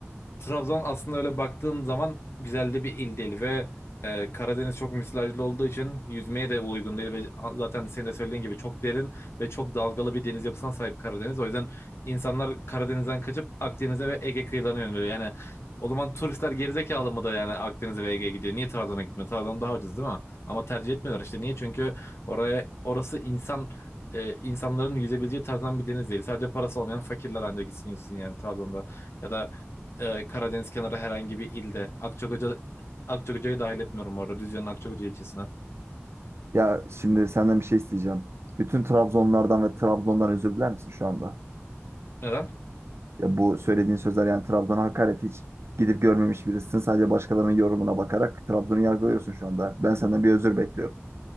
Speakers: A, on the left (about 65°); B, on the right (about 65°).
A: Trabzon aslında öyle baktığın zaman güzel de bir il değil ve e, Karadeniz çok müsilajlı olduğu için yüzmeye de uygun değil ve zaten senin de söylediğin gibi çok derin ve çok dalgalı bir deniz yapısına sahip Karadeniz. O yüzden insanlar Karadeniz'den kaçıp Akdeniz'e ve Ege kıyılarına yöneliyor. Yani o zaman turistler gerizekalı mı da yani Akdeniz'e ve Ege'ye gidiyor? Niye Trabzon'a gitmiyor? Trabzon daha ucuz değil mi? Ama tercih etmiyorlar işte. Niye? Çünkü oraya orası insan e, insanların yüzebileceği tarzdan bir deniz değil. Sadece parası olmayan fakirler ancak gitsin yüzsün yani Trabzon'da. Ya da e, Karadeniz kenarı herhangi bir ilde. Akçakoca Akçakoca'yı dahil etmiyorum orada. Düzce'nin Akçakoca ilçesine.
B: Ya şimdi senden bir şey isteyeceğim. Bütün Trabzonlardan ve Trabzon'dan özür diler misin şu anda?
A: Neden?
B: Ya bu söylediğin sözler yani Trabzon'a hakaret hiç gidip görmemiş birisin. Sadece başkalarının yorumuna bakarak Trabzon'u yargılıyorsun şu anda. Ben senden bir özür bekliyorum.